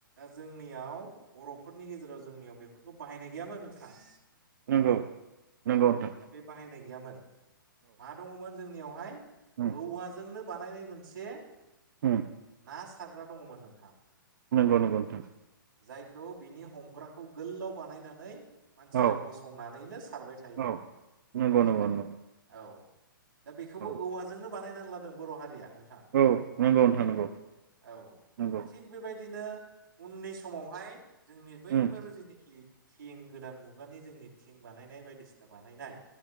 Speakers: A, on the right; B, on the right.
A: जोंनियाव बर'फोरनि गेजेराव जोंनियाव बेफोरखौ बाहायनाय गैयामोन नोंथाङ
B: नंगौ नंगौथां
A: बे बाहायनाय गैयामोन मा दङमोन जोंनियावहाय
B: उम
A: औ औवाजोंनो बानायनाय मोनसे
B: ह
A: ना सारग्रा दङमोन नोंथां
B: नंगौ नंगौ नोंथां
A: जायखौ बिनि हमग्राखौ गोलाव बानायनानै
B: औ
A: या गसंनानैनो सारबाय थायोमोन
B: औ
A: नोंथां
B: नंगौ
A: बुजिबाय
B: नंगौ नंगौ
A: औ दा बेखौबो
B: औ
A: औवाजोंनो बानायना लादों बर हारिया नोंथां
B: औ नंगौ नोंथां नंगौ
A: औ
B: नंगौ
A: थिग दा बे बाय बिदिनो उननि समावहाय जोंनि बैफोर
B: उम
A: जेनोखि थिं गोदान मुं मुगानि जोंनि थिं बानायनाय बायदिसिना बानायनाय